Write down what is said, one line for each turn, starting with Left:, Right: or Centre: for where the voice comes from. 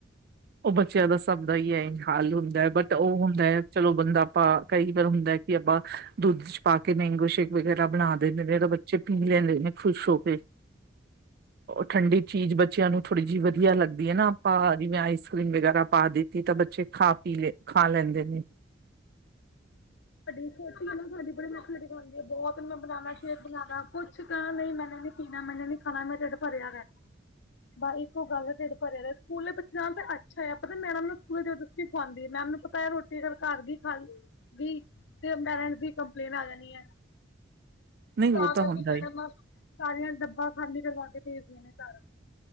Right: ਉਹ ਬੱਚਿਆਂ ਦਾ ਸਭ ਦਾ ਹੀ ਐ ਹਾਲ ਹੁੰਦਾ ਹੈ ਬਟ ਉਹ ਹੁੰਦਾ, ਹੈ ਚਲੋ ਬੰਦਾ ਆਪਾਂ ਕਈ ਵਾਰ ਹੁੰਦਾ। ਆਪਾਂ ਦੁੱਧ ਚ' ਪਾ ਕੇ ਮੇਗੋ ਸ਼ੇਕ ਵਗੈਰਾ ਬਣਾ। ਮੇ ਤਾਂ ਬੱਚੇ ਪੀ ਲੈਂਦੇ ਨੇ ਖੁਸ਼ ਹੋ ਕੇ। ਠੰਡੀ ਚੀਜ਼ ਬੱਚਿਆਂ ਨੂੰ ਥੋੜ੍ਹੀ ਜਿਹੀ ਵਧੀਆ ਲਗਦੀ ਹੈ ਨਾ ਆਪਾਂ ਜਿਵੇਂ ਆਈ। ਰੀਮ ਵਗੈਰਾ ਪਾ ਦਿੱਤੀ ਤਾਂ ਬੱਚੇ ਖਾ- ਪੀ ਲ ਖਾ ਲੈਂਦੇ ਨੇ।
Left: ਤੁਹਾਡੀ ਛੋਟੀ ਗ ਤੁ ਸਾਡੀ ਬੜੇ ਨੇਖਰੇ ਕਰਦੀ ਆ ਬਹੁਤ ਮੈ ਬਨਣਾ ਸ਼ੇਕ ਬਣਾਣਾ ਕੁਛ ਕੁ ਕਿਹਾ ਨਹੀਂ ਮੈਨੇ ਨੀਣਾ, ਮੈਨ ਨੀ ਖਾਣਾ, ਮੈਂ ਤੇੇਡ ਭਰਿਆ ਹੈ। ਬਸ ਇੱਕੋ ਗੱਲ ਹੈ ਤੇਡ ਭਰਿਆ। ਸਕੂਲੇ ਬ ਤਾਂ ਅੱਛਾ ਆਪ ਮੈਡਮ ਨੂੰ ਸਕੂਲ ਖਾਂਦੀ ਮੈਂ ਮੈਨੂੰ ਪਤਾ ਹੈ ਰੋਟੀ ਫਿਰ ਘਰ ਦੀ ਖਾਂਦੀ ਤੇ ਪੈਰੈਂਟ ਦੀ ਕੰਪਲੇਨ ਆ ਜਾਣੀ ਹੈ
Right: ਨਹੀਂ
Left: ਤਾਂ
Right: ਉਹ
Left: ਕਰਕੇ
Right: ਹੁੰਦਾ
Left: ਕ
Right: ਹੀ
Left: ਸਾਰੀਆਂ ਡੱਬਾ ਖਾਲੀ ਕਰਵਾ ਕੇ ਭੇਜਦੇਆਂ ਨੇ ਸਾਰਾ।